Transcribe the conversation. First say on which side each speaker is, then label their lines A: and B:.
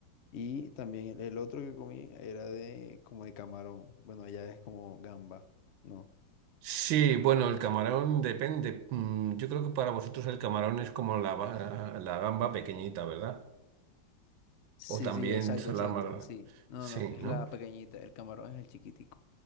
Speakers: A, on the left (about 65°); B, on the right (about 80°).
A: Y también el, el otro que comí era de como de camarón, bueno, allá es como gamba, ¿no?
B: Sí, bueno, el camarón depende. Mm, Yo creo que para vosotros el camarón es como la, va- la gamba pequeñita, ¿verdad?
A: Sí,
B: O también
A: sí, exacto,
B: son
A: exacto,
B: las más... gra-
A: sí. No,
B: Sí,
A: no, no, es
B: ¿no?
A: la pequeñita, el camarón es el chiquitico.